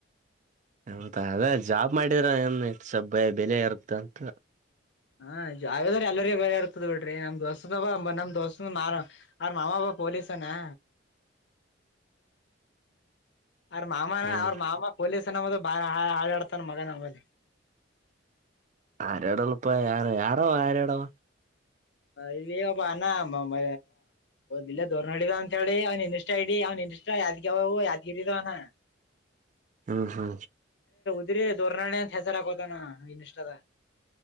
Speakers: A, on the right (about 40°); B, on the left (about 65°).
A: ಹೌದಾ ಅದ ಜಾಬ್ ಮಾಡಿದ್ರ ಏನ್ ಸಬ ಬೆಲೆ ಇರುತ್ತಂತ
B: ಹಾ ಜದ್ರ ಎಲ್ಲರಿ ಬರ ಇರ್ತದ ಬಿಡ್ರಿ ನಮ್ ದೋಸ್ತ ನಮ್ ದೋಸ್ತ್ರ ಮಾಮಬ್ಬ ಪೊಲೀಸನಾ ಯ ಮಾಮಾ
A: ಹ್ಮ್
B: ಅವರ್ ಮಾಮಾ ಪೋಲಿಸ್ ಕ್ಷ ಬಳ ಆರಡಡ್ತಾನ ಮಗ ನಮ್ಮಲಿ
A: ಆರಡಳಪ್ಪ ಯಾರ ಯಾರಾವ ಯಾರಡಾವ
B: ಇಲ್ಲಿ ಒಬ್ಬ ಅನ ಮ ಇಲ್ಲೇ ದೂರ್ ನೋಡಿದಾವ ಅಂತ ಹೇಳಿ ಅವನ್ ಇನ್ ಇಷ್ಟ ಇಡಿ ಅವ್ನ್ ಇನ್ ಇಷ್ಟ ಯಾದ್ಗ್ಯ ಅವವು ಯಾದ್ಗಿರ ಇದಿದಾವನ
A: ಹ್ಮ ಹಾ
B: ಇದ್ರೆ ದೋರ್ನಾಳೆ ಅಂತ ಹೆಸರುಾಕೋತಾನ ಇನ್ಷ್ಟದ